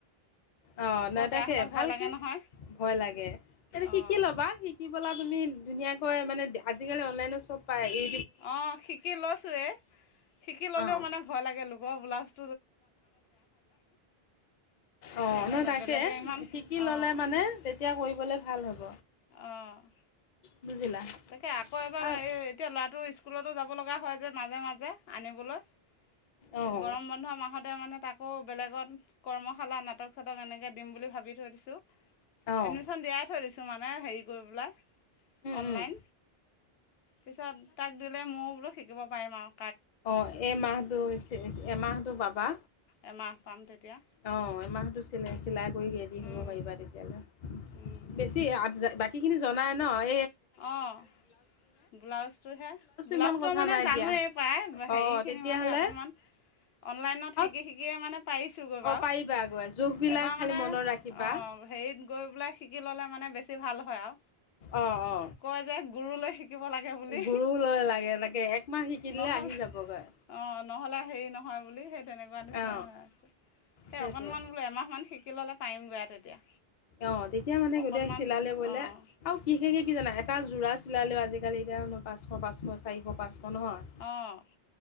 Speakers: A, on the left; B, on the left.
A: অ নয়তাকে
B: বেয়া হ'লে ভয়
A: ভালকে
B: লাগে নহয়
A: ভয় লাগে। তেনে
B: অঁ
A: শিকি ল'বা শিকি বলা তুমি ধুনীয়াকে কয় মানে আজি-কালি অনলাইনত চব পায় ই
B: অ শিকি লৈছোঁৱে, শিকি ল'লেও
A: অঁ
B: মানে ভয় লাগে লোক ব ব্লাউজ
A: অঁ
B: সেইকাৰণে
A: ন তাকে
B: বেলেগে ইমান
A: শিকি
B: অঁ
A: ল'লে মানে তেতিয়া কৰিবলে ভাল হ'ব।
B: অঁ
A: বুজিলা
B: তাকে আকৌ এবাৰ
A: আৰু
B: এই এতিয়া ল'ৰাটো স্কুলতো যাব। ব লগা হয় যে মাজে মাজে আনিবলৈ। এই
A: অঁ
B: গৰমবন্ধ মাহতে মানে তাক আকৌ বেলেগত কৰ্মশালা নাটক-চাটক এনেকে দিম বুলি ভাবি থৈ দিছোঁ।
A: অঁ
B: এডমিশ্যন দিয়াই থৈ দিছোঁ মানে হেৰি গৈ ওলাই <unintelligible>
A: উম
B: অনলাইন।
A: উম
B: পিছত তাক দিলে মোৰ বোলো শিকিব পাৰিম আওঁ
A: অ এমাহটো হৈছে এমাহটো পাবা।
B: এমাহ পাম তেতিয়া
A: অঁ এমাহতো চিলায় চিলাই। কৈ ৰেডি হ'ব
B: উম,
A: পাৰিবা তেতিয়া হ'লে,
B: উম,
A: বেছি আগ বাকিখিনি জনাই নহয়
B: অঁ ব্লাউজটোহে, ব্লাউজটো
A: ইমান কথা
B: মানে
A: নাই
B: জানোৱেই
A: দিয়া
B: প্ৰায় হেৰিখিনি
A: অ তেতিয়াহ'লে
B: মানে অকণমান অনলাইনত শিকি
A: অ
B: শিকিয়ে মানে পাৰিছোঁগৈ বাৰু
A: অ পাৰিবা গৈ জোখ বিলাক
B: এবাৰ
A: খালি
B: মানে
A: মনত ৰাখিবা।
B: অঁ হেৰিত গৈ বোলাই শিকি ল'লে মানে বেছি ভাল হয় আঅ
A: অ অ
B: কয় যে গুৰু লৈ শিকিব লাগে বুলি
A: গুৰু লৈ লাগে লাগে একমাহ শিকি দিলে
B: নহলে
A: আহি যাবগৈ
B: অ নহ'লে হেৰি নহয় বুলি সেই তেনেকুৱা নিচিনা
A: অ
B: হয়। এই
A: সেইটোৱে
B: অকনমান বোলে এমাহমান শিকি শিকি ল'লে পাৰিমগৈ তেতিয়া
A: অ তেতিয়া মানে
B: অকণমান
A: গোটেই চিলালে বোলে
B: অঁ
A: আৰু কিহেৰে কি জানা এটা যোৰা চিলালেও আজি-কালি এতিয়া পাঁচশ পাঁচশ চাৰিশ পাঁচশ নহয়,
B: অঁ